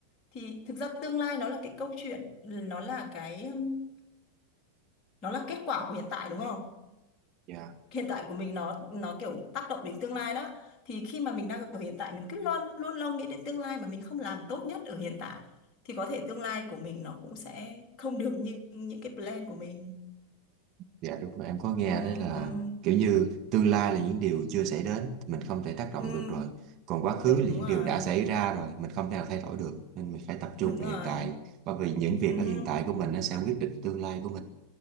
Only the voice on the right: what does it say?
Dạ.
Dạ đúng rồi, em có nghe
đấy là
kiểu như tương lai là những điều chưa xảy đến, mình không thể tác động
được rồi. Còn quá
khứ là
những điều đã xảy ra rồi, mình không thể nào thay đổi được. Nên mình phải tập trung
về
hiện tại, bởi vì những việc
ở hiện tại của mình nó sẽ quyết định tương lai của mình